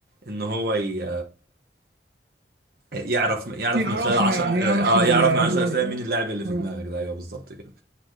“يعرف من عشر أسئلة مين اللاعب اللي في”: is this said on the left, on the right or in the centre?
Right